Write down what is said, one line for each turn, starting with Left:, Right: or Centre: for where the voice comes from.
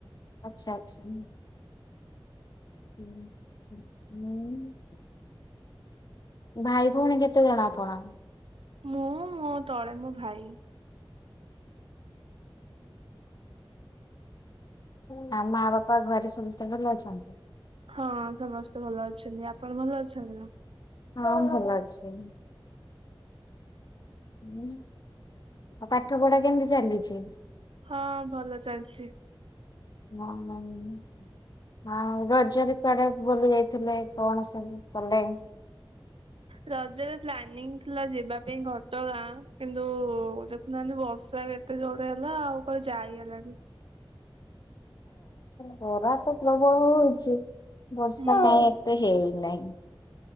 Left: ଆଚ୍ଛା ଆଚ୍ଛା। ହୁଁ ହୁଁ। ଭାଇ ଭଉଣୀ କେତେ ଜଣ ଆପଣ?
Right: ମୁଁ ମୋ ତଳେ ମୋ ଭାଇ।
Left: ମାମା ବାପା ଘରେ ସମସ୍ତେ ଭଲ ଅଛନ୍ତି?
Right: ହଁ ସମସ୍ତେ ଭଲ ଅଛନ୍ତି ଆପଣ ଭଲ ଅଛନ୍ତି ନା?
Left: ହଁ ଭଲ ଅଛନ୍ତି। ଉଁ ଆଉ ପାଠ ପଢା କେମିତି ଚାଲିଚି?
Right: ହଁ ଭଲ ଚାଲିଚି।
Left: ନା। <unintelligible> ଆଉ ରଜରେ କୁଆଡେ ବୁଲି ଯାଇଥିଲେ କଣ ସବୁ କଲେ?
Right: ରଜରେ ପ୍ଲାନିଂ ଥିଲା ଯିବା ପାଇଁ ଘଟଗାଁ କିନ୍ତୁ ଗୋ ନାଇଁ ନାଇଁ ବର୍ଷା ଏତେ ଜୋରରେ ହେଲା ଆଉ କୁଆଡ଼େ ଯାଇହେଲାନି।
Left: ଖରା ତ ପ୍ରବଳ ହୋଉଛି ବର୍ଷା
Right: ହୁଁ
Left: କାଇଁ ଏତେ ହେଇ ନାହିଁ।